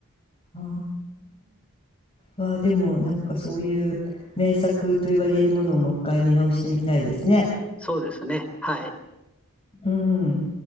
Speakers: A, on the left; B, in the centre.
A: ああ。はあ、でもなんかそういう名作と言われるものをもう一回見直してみたいですね。
B: そうですね、はい。
A: うん。